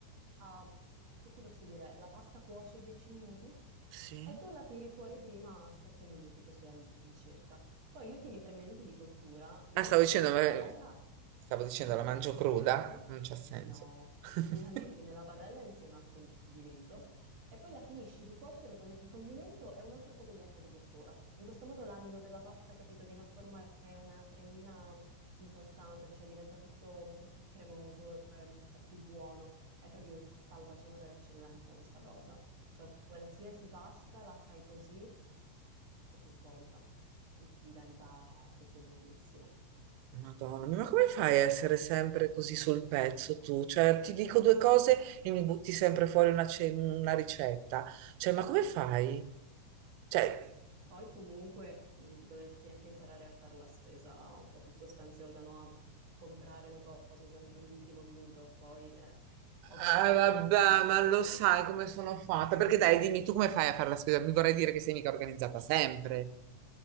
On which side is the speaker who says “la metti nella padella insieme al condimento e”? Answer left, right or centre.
Right